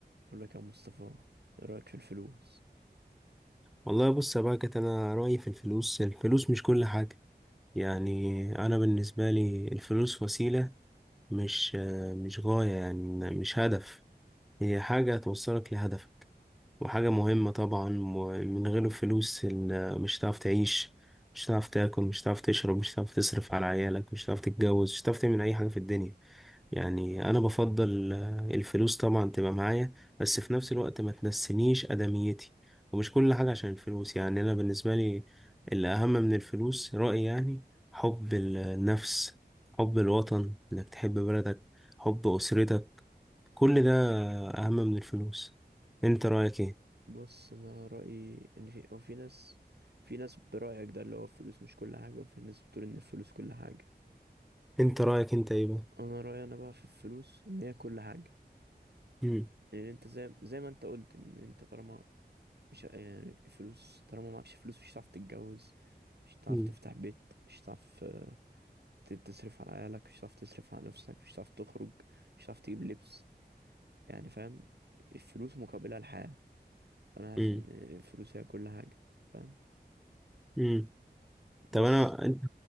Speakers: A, on the right; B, in the centre.
A: بقول لك يا مصطفى ايه رأيك في الفلوس
B: والله بص يا باكت انا رايي في الفلوس الفلوس مش كل حاجه يعني انا بالنسبه لي الفلوس وسيله مش مش غايه يعني مش هدف هي حاجه توصلك لهدفك وحاجه مهمه طبعا ومن غير الفلوس ال- مش هتعرف تعيش مش هتعرف تاكل مش هتعرف تشرب مش هتعرف تصرف على عيالك مش هتعرف تتجوز مش هتعرف تعمل اي حاجه في الدنيا يعني انا بفضل آه، الفلوس طبعا تبقى معايا بس في نفس الوقت ما تنسينيش ادميتي ومش كل حاجة عشان الفلوس يعني انا بالنسبة لي اللي اهم من الفلوس رأيي يعني حب النفس حب الوطن انك تحب بلدك حب اسرتك كل ده اهم من الفلوس انت رأيك ايه
A: بص انا رأيي ان في او في ناس في ناس برأيك ده اللي هو الفلوس مش كل حاجة وفي ناس بتقول ان الفلوس كل حاجة
B: انت رأيك انت ايه بقى
A: انا رأيي انا بقى في الفلوس ان هي كل حاجة
B: مم.
A: يعني انت زي زي ما انت قلت ان انت طالما مش يعني فلوس طالما معكش فلوس مش هتعرف تتجوز مش هتعرف
B: مم.
A: تفتح بيت مش هتعرف آه، ت- تصرف على عيالك مش هتعرف تصرف على نفسك مش هتعرف تخرج مش هتعرف تجيب لبس يعني فاهم الفلوس مقابلها الحياة فانا حاسس
B: مم.
A: ان فلوسي هي كل حاجه فاهم
B: مم.
A: بس
B: طب انا انت